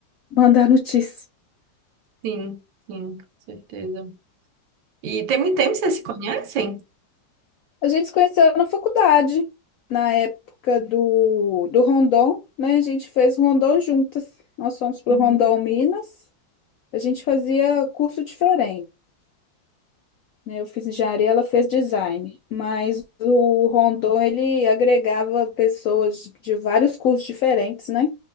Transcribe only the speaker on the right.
sim, sim, com certeza. E tem muito tempo que vocês se conhecem?
Hum.